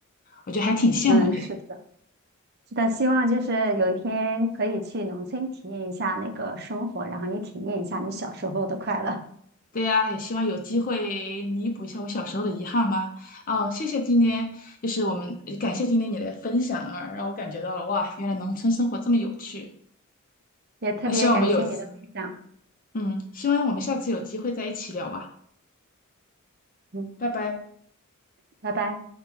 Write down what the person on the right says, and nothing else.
嗯，是的，是的，希望就是有一天可以去农村体验一下那个生活，然后你体验一下你小时候的快乐。<laughs>
也特别感谢你的分享，
嗯，
拜拜。